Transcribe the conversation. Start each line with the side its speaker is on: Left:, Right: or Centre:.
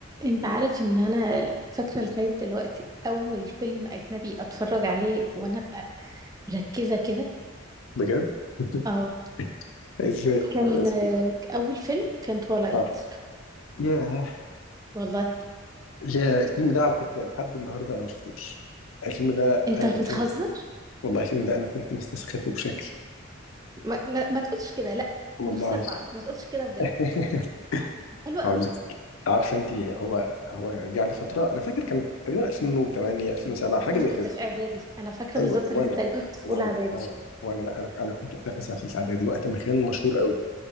Right: انت عارف ان انا فاكره لغايه دلوقتي اول فيلم اجنبي اتفرج عليه وانا ابقى مركزه كده
Left: بجد <laughs>
Right: اه
Left: ازاي
Right: كان
Left: اسمه
Right: آه، اول فيلم كان تولايت
Left: اه ياه
Right: والله
Left: يا الفيلم ده على فكره لحد النهارده انا ما شفتوش الفيلم ده
Right: انت
Left: انا
Right: بتهزر
Left: كنت والله الفيلم ده انا كنت مستسخفه بشكل
Right: ما, ما, ما تقولش كده لا
Left: والله
Right: هنخسر بعض ما تقولش كده بجد
Left: <laughs>
Right: حلو
Left: هقول
Right: قوي
Left: لك عارفه انت هو هو جه علي فتره انا فاكر كانت تقريبا 2008 2007 حاجه
Right: انا
Left: زي
Right: كنت
Left: كده
Right: في اعدادي انا فاكره
Left: ايوه
Right: بالظبط
Left: وانا
Right: ان انا تقريبا كنت في
Left: وانا
Right: اولى اعدادي
Left: وانا وانا لا انا انا كنت وقتها في مثلا في ثالثه اعدادي وقت ما كان مشهور قوي